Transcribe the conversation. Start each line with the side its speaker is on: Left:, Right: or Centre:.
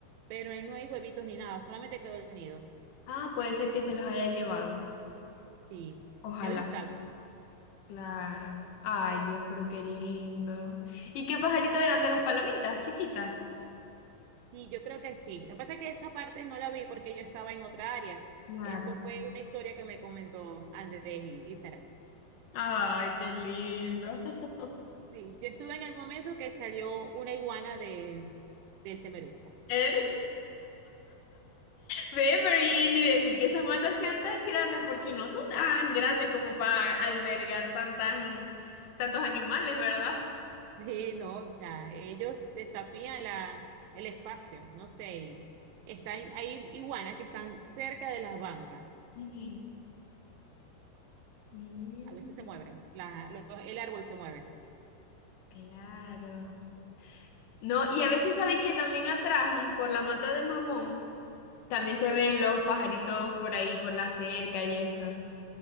Right: pero ahí no hay huevitos ni nada, solamente quedó el nido.
Left: Ah, puede ser que se los haya llevado.
Right: Sí,
Left: Ojalá.
Right: quedó intacto.
Left: Claro. Ay, Dios, pero qué lindo. ¿Y qué pajarito eran de las palomitas, chiquitas?
Right: Sí, yo creo que sí. Lo que pasa es que esa parte no la vi porque yo estaba en otra área.
Left: Claro.
Right: Eso fue una historia que me comentó Andrés y, y Saray.
Left: Ay, qué lindo. <laughs>
Right: Sí, yo estuve en el momento que salió una iguana de, del semeruco.
Left: Es- Ve, pero y ni decir que esas matas sean tan grandes, porque no son tan grandes como para albergar tantas, tantos animales, ¿verdad?
Right: Sí, no, o sea, ellos desafían la, el espacio, no sé, y están, hay iguanas que están cerca de las bancas,
Left: Ujú. Mm,
Right: a veces se mueven, la- los- el árbol se mueve.
Left: claro. No, y a veces sabéis que también atrás, mm, por la mata de mamón, también se ven los pajaritos por ahí, por la cerca y eso.